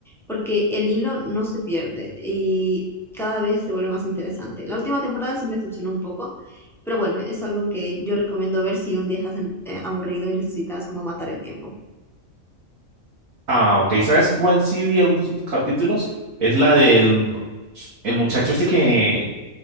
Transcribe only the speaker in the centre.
porque el hilo no se pierde y cada vez se vuelve más interesante. La última temporada sí me decepcionó un poco, pero bueno, es algo que yo recomiendo ver si un día estás en- eh, aburrido y necesitas como matar el tiempo.